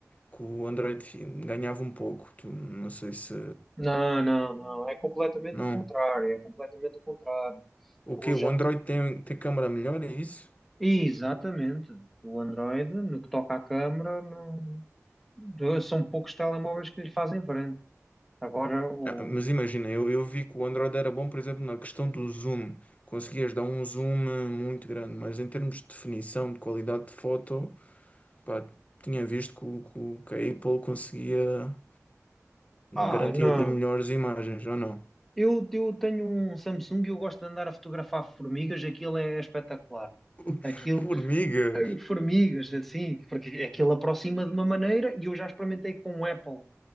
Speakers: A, on the left; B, in the centre.
A: que o Android ganhava um pouco. Tu, não sei se.
B: Não, não, não. É completamente
A: Não.
B: o contrário. É completamente o contrário.
A: O
B: Hoje
A: que? O
B: ando-
A: Android tem, tem câmera melhor, é isso?
B: Exatamente. O Android, no que toca à câmara, não- de- são poucos telemóveis que lhe fazem frente. Agora o.
A: Ah, mas imagina, eu, eu vi que o Android era bom, por exemplo, na questão do zoom. Conseguias dar um zoom eh, muito grande, mas em termos de definição, de qualidade de foto, pá, tinha visto que, o- que, o- que a Apple conseguia
B: Ah,
A: garantir
B: não.
A: ali melhores imagens, ou não?
B: Eu, eu tenho um Samsung e eu gosto de andar a fotografar formigas. Aquilo é espetacular.
A: <laughs>
B: Aquilo
A: Formigas!
B: formigas, assim, porque aquilo aproxima de uma maneira e eu já experimentei com o Apple